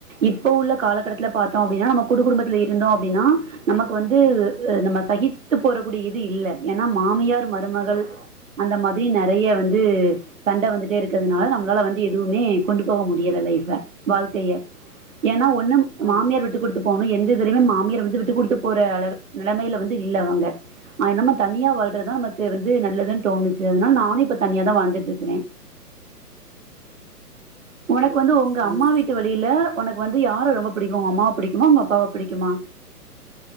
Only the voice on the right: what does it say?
இப்ப உள்ள காலக்கடத்ல பாத்தோம் அப்டின்னா நம கூட்டு குடும்பத்ல இருந்தோ அப்டின்னா நமக்கு வந்து நம்ம சகித்து போறக்கூடிய இது இல்ல ஏன்னா மாமியார் மருமகள் அந்த மாதிரி நெறைய இது வந்து சண்ட வந்துட்டே இருக்கறதுனால நம்ளால வந்து எது எதுவுமே கொண்டு போக முடியல லைஃப வாழ்க்கைய ஏன்னா ஒண்ணு
மாமியார் விட்டு குடுத்து போகணு எந்த இதுலமே மாமியார் வந்து விட்டு குடுத்து போற அளவு நிலமைல வந்து இல்ல அவங்க அ இல்லாம தனியா வாழ்றதா நமக்கு வந்து நல்லதுன் தோணுச்சு அதனால் நானு இப்ப தனியா தா வாழ்ந்துட்ருக்குறே ஒனக்கு
வந்து ஒங்க
அம்மா வீட்டு வழியில ஒனக்கு வந்து யார ரொம்ப பிடிக்கும் ஒங்க அம்மாவ பிடிக்குமா ஒங்க அப்பாவ பிடிக்குமா